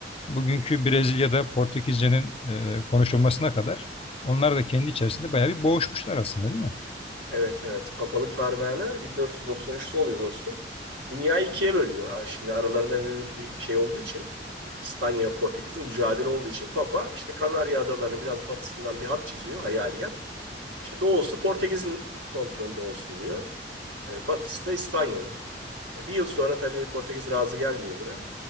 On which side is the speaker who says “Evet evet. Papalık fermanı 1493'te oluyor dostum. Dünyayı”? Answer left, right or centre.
Right